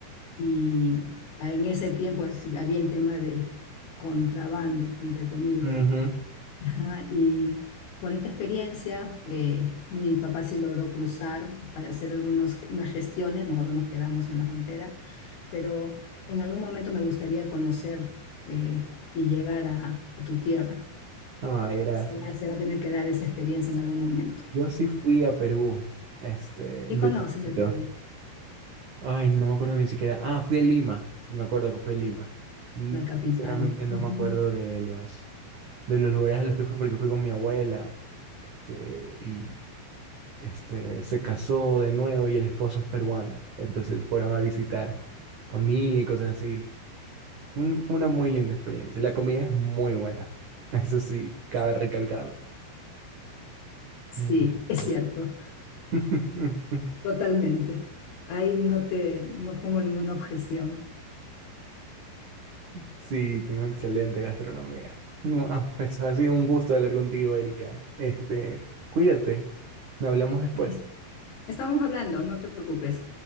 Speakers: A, on the left (about 65°); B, on the right (about 75°).
A: Y en ese tiempo es- había el tema de contrabando, entre comillas.
B: ujú.
A: Ajá, y bonita experiencia. eh, mi papá sí logró cruzar para hacer algunos unas gestiones, nosotros nos quedamos en la frontera, pero en algún momento me gustaría conocer eh, y llegar a, a tu tierra.
B: Ay, gracias.
A: Se va, se va a tener que dar esa experiencia en algún momento.
B: Yo sí fui a Perú, este, de
A: ¿Qué conoces
B: chiquito.
A: de Perú?
B: Ay, no me acuerdo ni siquiera. Ah, fui a Lima, y me acuerdo que fue Lima. Mm,
A: La capital.
B: Sinceramente no
A: Ujú.
B: me acuerdo de los, de los lugares a los que fui porque fui con mi abuela, este, y este, se casó de nuevo y el esposo es peruano, entonces fueron a visitar familia y cosas así. Un- fue una muy linda experiencia. La comida es muy buena. <laughs> Eso sí, cabe recalcarlo.
A: Sí,
B: Muy buena.
A: es cierto,
B: <laughs>
A: totalmente. Ahí no te, no pongo ninguna objeción.
B: Sí, tengo excelente gastronomía. No, ah, pues ha sido un gusto hablar contigo, Erika. Este, cuídate. Nos hablamos después.
A: Es- Estamos hablando, no te preocupes.